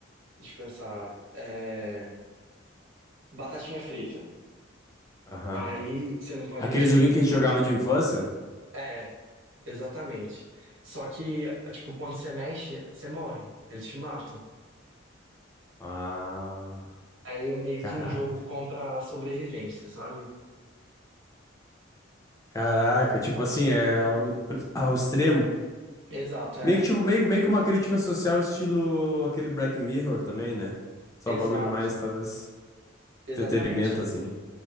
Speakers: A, on the right; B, on the left.
A: deixa eu pensar, é batatinha frita.
B: aham.
A: Aí que você não pode
B: Aquele
A: mexer,
B: joguinho
A: né?
B: que a gente jogava de infância?
A: É, exatamente. Só que, tipo, quando você mexe, você morre. Eles te matam.
B: Ah,
A: Aí é meio
B: caraca
A: que um jogo contra a sobrevivência, sabe?
B: Caraca, tipo assim, é ao, ao extremo.
A: Exato, é.
B: Meio que, tipo, meio, meio que uma crítica social, estilo aquele Black Mirror também, né? Só
A: Exato.
B: um bagulho mais, talvez,
A: Exatamente.
B: entretenimento, assim.